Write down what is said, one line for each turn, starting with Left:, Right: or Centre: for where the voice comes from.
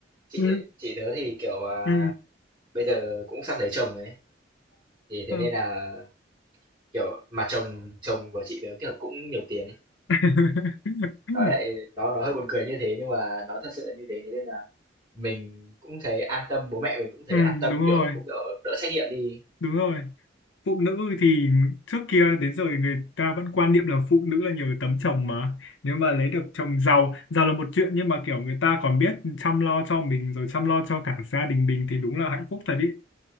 Right: chị
Left: ừ
Right: chị tớ thì kiểu à,
Left: ừ
Right: bây giờ cũng sắp lấy chồng ấy thì thế
Left: ờ.
Right: nên là kiểu mà chồng chồng của chị tớ kiểu cũng nhiều tiền ấy
Left: <laughs>
Right: nói lại nó nó hơi buồn cười như thế nhưng mà nó thật sự là như thế thế nên là mình cũng thấy an tâm bố mẹ mình cũng thấy
Left: ừ
Right: an tâm
Left: đúng rồi
Right: kiểu cũng kiểu đỡ trách nhiệm đi
Left: đúng
Right: ừ.
Left: rồi phụ nữ thì trước kia đến giờ thì người ta vẫn quan niệm là phụ nữ là nhờ tấm chồng mà nếu mà lấy được chồng giàu giàu là một chuyện nhưng mà kiểu người ta còn biết chăm lo cho mình rồi chăm lo cho cả gia đình mình thì đúng là hạnh phúc thật ý